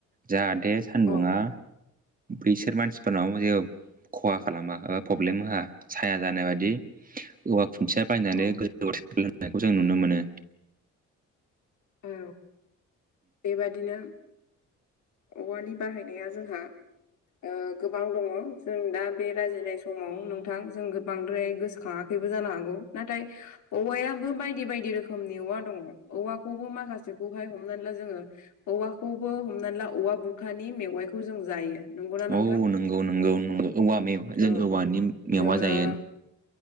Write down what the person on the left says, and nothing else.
औ
औ
औ बेबादिनो औवानि बाहायनाया जोंहा ओ गोबां दङ जों दा बे रायिनाय समाव नोंथां जों गो बांद्राय गोसोखाङा बेबो जानो हागौ नाथाय औवायाबो बायदि बायदि रोखोमनि औवा दङ। औवाखौबो माखासेखौहाय हमनानै ला जोङो औवाखौबो हमनानै ला औवा बुरखानि मेवाइखौ जों जायो। नंगौना नोंथां
औ
जोङो